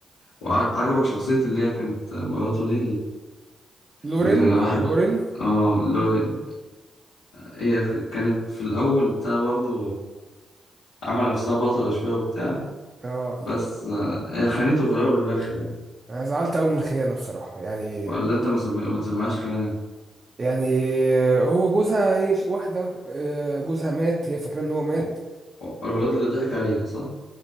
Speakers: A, on the left; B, on the right.
A: وعجبك شخصية اللي هي كانت مراته دي
B: لورين
A: الواحد
B: لورين
A: اه لو هي كانت في الأول بتاع برضه عمل نفسها بطلة شوية وبتاع
B: اه
A: بس آه، هي خانته في الأول والآخر يعني
B: انا زعلت قوي من الخيانه بصراحه يعني
A: ولا أنت ما سم- ما تسميهاش خيانة
B: يعني هو جوزها هي ش- واحده آه، جوزها مات هي فاكره ان هو مات
A: و- و- الواد اللي ضحك عليها صح؟